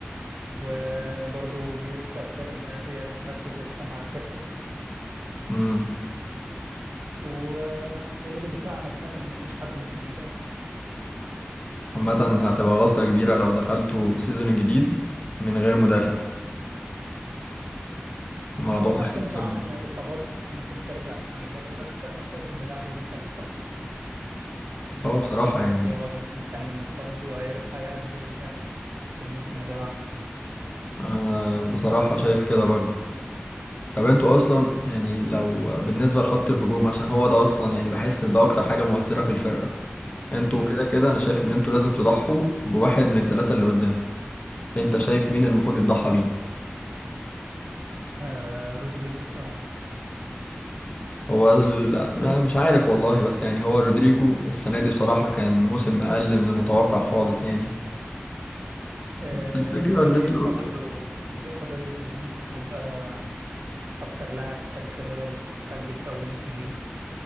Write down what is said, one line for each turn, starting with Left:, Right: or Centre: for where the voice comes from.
Right: وبرضه بيقول في اخبار ان الريال مركز لسه مع كيركز
Left: امم
Right: وقلوب الدفاع انا سمعت ان مفيش حد ممكن يبقى
Left: عامة هتبقى غلطة كبيرة لو دخلتوا سيزون الجديد من غير مدافع الموضوع
Right: هو معتمد
Left: هيأثر
Right: على
Left: من-
Right: ان الاصابات ممكن ترجع السنه الجايه بس انا شايف ان اللاعب دي انتهت خلاص مم،
Left: اه بصراحة
Right: مفيش لاعب
Left: يعني
Right: بيقعد موسم كامل مصاب وهيرجع يأدي ال- الموسم اللي بعده
Left: آه بصراحة شايف كده برضو طب انتوا اصلا يعني لو بالنسبة لخط الهجوم عشان هو ده اصلا يعني بحس ان ده اكتر حاجة مؤثرة في الفرقة انتوا
Right: مم.
Left: كده كده انا شايف ان انتوا لازم تضحوا بواحد من التلاتة اللي قدام انت شايف مين المفروض يتضحى بيه
Right: آه رودريجو بصراحه
Left: هو ال- ما- مش عارف والله بس يعني هو رودريجو السنة دي بصراحة كان موسم أقل من المتوقع خالص يعني
Right: آه،
Left: بس الفكرة
Right: امبابي
Left: إن أنتوا
Right: فاضل له امبابي فاضل له كونين ويبقى اكتر لاعب في تاريخ الريال سجل في اول موسم ليه